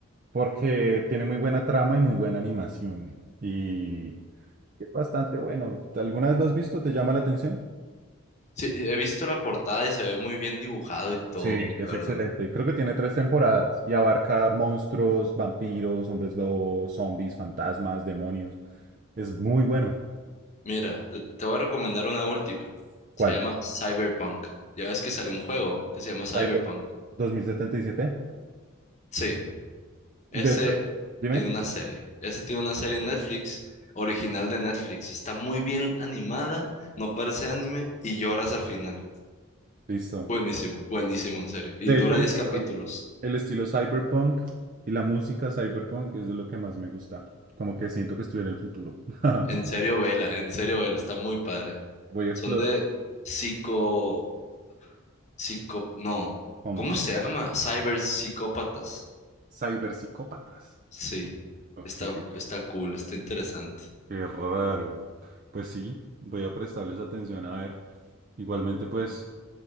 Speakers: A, on the right; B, on the left.
A: porque tiene muy buena trama y muy buena animación. Y es bastante bueno. ¿Alguna vez lo has visto? ¿Te llama la atención?
B: Sí, he visto la portada y se ve muy bien dibujado y todo,
A: Sí, es
B: la verdad.
A: excelente. Creo que tiene tres temporadas y abarca monstruos, vampiros, hombres lobos, zombies, fantasmas, demonios. Es muy bueno.
B: Mira, l- te voy a recomendar una última.
A: ¿Cuál?
B: Se llama Cyberpunk. Ya ves que salió un juego que se llama Cyberpunk.
A: Cyber 2077.
B: Sí, ese
A: De hecho, dime.
B: tiene una serie. Ese tiene una serie en Netflix, original de Netflix. Está muy bien animada, no parece anime y lloras al final.
A: Listo.
B: Buenísimo, buenísimo, en serio. Y
A: De
B: dura
A: hecho, el
B: 10
A: estilo,
B: capítulos.
A: el estilo cyberpunk y la música cyberpunk es de lo que más me gusta. Como que siento que estoy en el futuro. <laughs>
B: En serio, vela, en serio, vela. Está muy padre.
A: Voy a explorar
B: Son de psico... Psico... No.
A: cómo.
B: ¿Cómo se llama? Cyber psicópatas.
A: Cyberpsicópatas.
B: Sí.
A: Ok,
B: Está, está cool, está interesante.
A: qué raro. Pues sí, voy a prestarles atención a ver. Igualmente, pues,